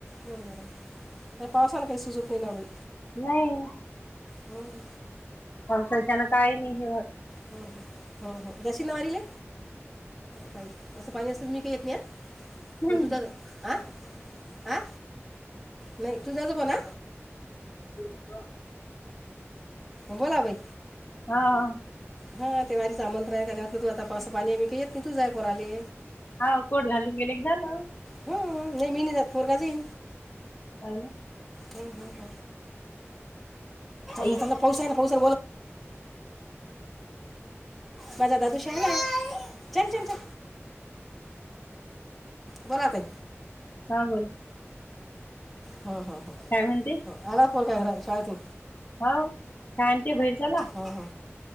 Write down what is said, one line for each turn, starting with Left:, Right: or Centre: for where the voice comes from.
Centre: बरोबर हाय ह्या पावसानं काय सुचत नाय ना ग बाई.
Left: नाही
Centre: हम्
Left: पावसाच्यान काही नाही हे होत.
Centre: हम् ह हम्म हम् दशिन माारीले पाहिजे असं पाणी <unintelligible>
Left: हम्म.
Centre: पण तुझं आ आ, नाहीं तुझं नको ना.
Left: रिकामा ऑडिओ
Centre: बोला बाई.
Left: हा.
Centre: हा ते वारीच आमंत्रण आहे ते तु आता पावसा पाणी आहे मी काही येत नाही तु जाय पोराले
Left: हा कोठ घालुन गेले झालं.
Centre: हम्म नाही मी नाही जात पोरगा जाई.
Left: हॅलो.
Centre: ह ह ह
Left: आई
Centre: ला त्यांला पाऊय ना पाऊस <unintelligible> <unintelligible> माझा दादू शहाणा हाय चल चल चल. बोला ताई.
Left: हा बोला.
Centre: हम्म हम्
Left: काय म्हणते
Centre: हम् आला पोर का शाळ त
Left: हो काछ आणते भैर झाला
Centre: हो हो